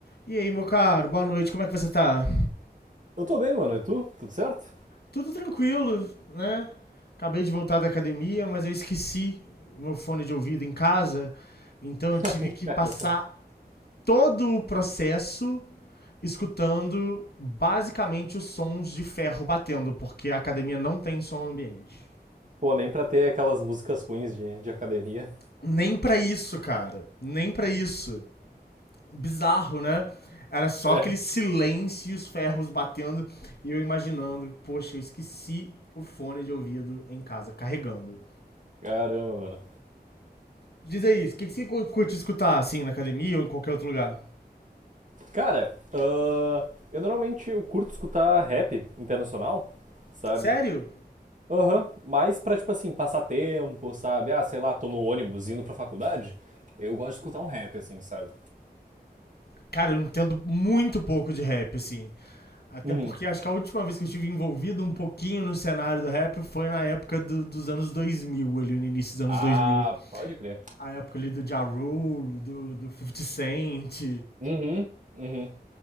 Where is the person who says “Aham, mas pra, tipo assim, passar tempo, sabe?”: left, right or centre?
Right